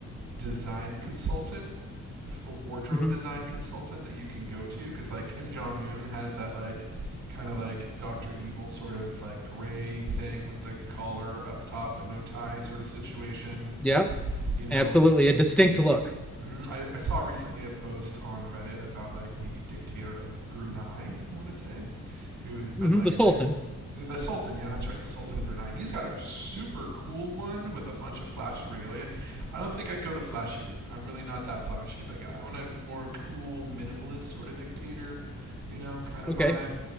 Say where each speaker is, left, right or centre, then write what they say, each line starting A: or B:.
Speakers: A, on the right; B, in the centre.
A: design consultant f- a wardrobe
B: hmm
A: design consultant that you can go to because like kim jong-un has that like kind of like dr evil sort of like gray thing with the collar up top but no tie sort of situation
B: Yep,
A: you know
B: absolutely a distinct look.
A: hmm I, I saw recently a post on Reddit about like the dictator of Brunei, I want to say, who has been
B: hmm
A: like
B: The
A: a
B: Sultan.
A: dic The Sultan, yeah, that's right. The Sultan of Brunei. He's got a super cool one with a bunch of flashy regalia. I don't think I'd go the flashy route. I'm really not that flashy of a guy. I want a more cool, minimalist sort of dictator, you know, kind of
B: Okay.
A: vibe.